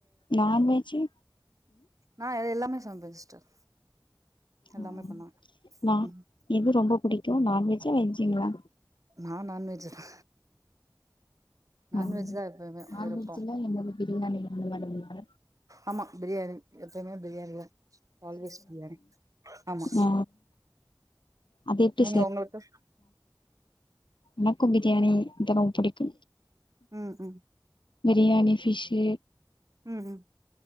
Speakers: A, on the left (about 85°); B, on the right (about 45°).
A: நான்வெஜ்ஜூ
B: நா எ எல்லாமே சமைப்பே சிஸ்டர் எல்லாமே
A: ம்
B: பண்ணுவே
A: ந
B: ம்
A: எது ரொம்ப புடிக்கு நான்வெஜ்ஜா வெஜ்ஜுங்களா
B: நா நான்வெஜ் தா நான்வெஜ்
A: ஆ
B: தா எப்பய்மே
A: நான்வெஜ்ல
B: விருப்போ
A: என்னது பிரியாணி இந்த மாறில்லா
B: ஆமா பிரியாணி எப்பயுமே பிரியாணி தா ஆல்வேஸ் பிரியாணி ஆமா
A: ஆ அது எப்டி
B: நீங்க உங்கள்க்கு
A: எனக்கும் பிரியாணி தா ரொம்ப புடிக்கு
B: ம் ம்
A: பிரியாணி ஃபிஷ்ஷு
B: ம் ம்